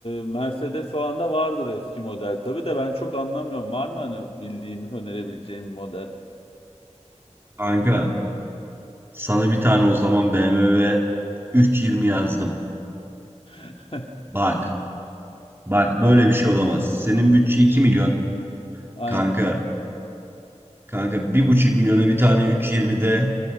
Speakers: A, on the left (about 55°); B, on the right (about 20°).
A: Mercedes falan da vardır eski model. Tabii de ben çok anlamıyorum. Var mı hani bildiğin önerebileceğim bir model?
B: Kanka sana bir tane o zaman BMW 320 yazdım.
A: <laughs>
B: Bak bak böyle bir şey olamaz. Senin bütçe 2 milyon.
A: Aynen.
B: Kanka Kanka bir buçuk milyona bir tane 3.20'de